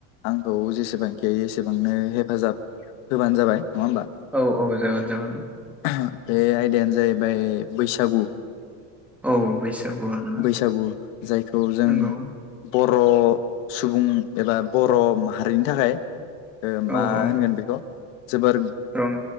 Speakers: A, on the left; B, in the centre.
A: आंखौ जेसेबांखि हायो एसेबांनो हेफाजाब होबानो जाबाय नङा होमबा?
B: औ औ जागोन जागोन
A: ओ बे आयदायानो जाहैबाय बैसागु
B: औ बैसागु आरोना
A: बैसागु जायखौ जों
B: नंगौ
A: ब र‌ सुबुं एबा बर माहारिनि थाखाय ओ
B: औ
A: मा
B: औ
A: होनगोन बे? जोबोर
B: रं